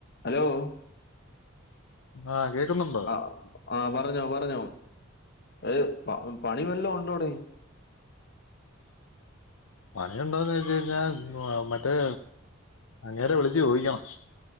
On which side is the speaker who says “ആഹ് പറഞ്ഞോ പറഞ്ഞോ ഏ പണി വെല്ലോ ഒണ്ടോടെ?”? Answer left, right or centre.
Left